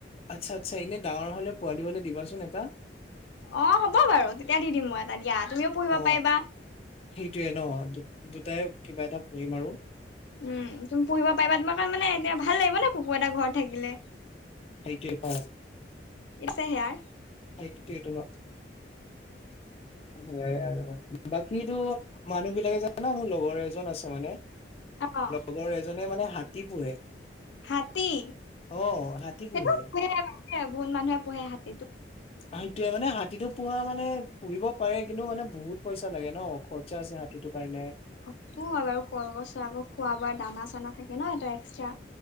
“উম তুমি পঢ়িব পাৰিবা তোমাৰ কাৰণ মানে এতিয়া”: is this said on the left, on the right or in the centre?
Left